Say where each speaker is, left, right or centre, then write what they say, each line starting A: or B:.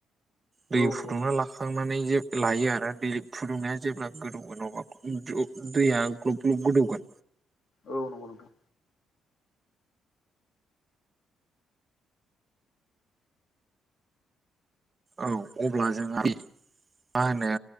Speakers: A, on the right; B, on the left.
A: दै
B: औ नंगौ
A: फुदुंना
B: नोंथां
A: लाखांनानै जे लायो आरो दै फुदुंनाया जेब्ला गोदौगोन अब्ला दैया ग्लब ग्लब गोदौगोन
B: औ नंगौ नोंथां
A: औ अब्ला जोंहा बे मा होनो